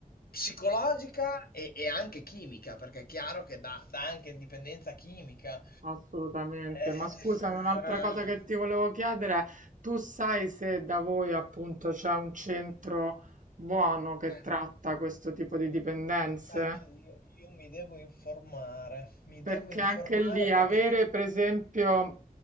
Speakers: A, on the left (about 85°); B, on the right (about 60°).
A: psicologica e, e anche chimica, perché è chiaro che dà, dà anche dipendenza chimica.
B: Assolutamente,
A: Eh,
B: ma
A: eh,
B: scusami, un'altra cosa che ti volevo chiedere, tu sai se da voi appunto c'è un centro buono che
A: Sì.
B: tratta questo tipo di dipendenze?
A: Sai che io, io mi devo informare, mi
B: Perché
A: devo informare
B: anche lì avere
A: perché ti...
B: per esempio